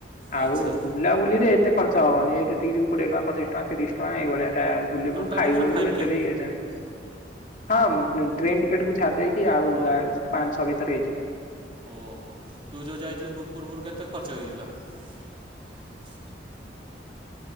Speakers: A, on the left; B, on the right.
A: ଆଉ
B: ଆଚ୍ଛା
A: ବୁଲାବୁଲି ରେ ଏତେ ଖର୍ଚ୍ଚ ହବନି ଏଇଠୁ ଏତିକି ଯିବୁ କୋଏ ଟଙ୍କ ପଚିଶ ଟଙ୍କା ତିଶ ଟଙ୍କା ଏଇଳିଆ ଟା ବୁଲିବୁ
B: ଟୋଟାଲ୍
A: ଖାଇବୁ
B: ଉପରେ ଫାଇଭ୍
A: ଏତେ
B: କେ
A: ବି ହଁ। ଟ୍ରେନ୍ ଟିକେଟକୁୁ ଛାଡ଼ି ଦେଇକି ଆଉ ପାଞ୍ଚ ଛଅ ଭିତରେ ହେଇଯିବ।
B: ଓହୋ ତୁ ଯୋଉ ଯାଇଥିଲୁ ପୂର୍ବରୁ କେତେ ଖର୍ଚ୍ଚ ହେଇଥିଲା? <inaudible>